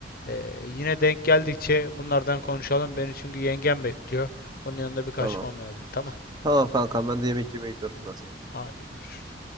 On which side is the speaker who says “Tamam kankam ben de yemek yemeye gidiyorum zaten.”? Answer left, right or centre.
Right